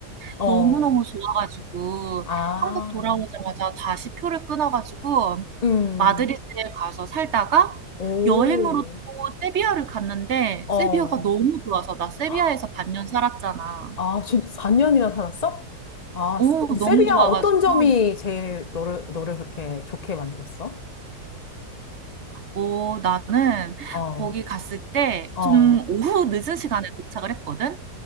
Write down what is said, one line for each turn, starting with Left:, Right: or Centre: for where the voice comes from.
Left: 어,
Right: 너무너무 좋아가지고
Left: 아,
Right: 한국 돌아오자마자 다시 표를 끊어가지고
Left: 음,
Right: 마드리드에 가서 살다가
Left: 오,
Right: 여행으로 또 세비야를 갔는데
Left: 어.
Right: 세비야가 너무 좋아서 나 세비야에서
Left: 헉,
Right: 반년 살았잖아.
Left: 아, 진짜 4년이나 살았어? 아,
Right: 오,
Left: 세- 근데
Right: 너무
Left: 세비야,
Right: 좋아가지고
Left: 어떤 점이 제일 너를, 너를 그렇게 좋게 만들었어?
Right: 어, 나는
Left: 어,
Right: 거기 갔을 때
Left: 어,
Right: 좀 오후 늦은 시간에 도착을 했거든?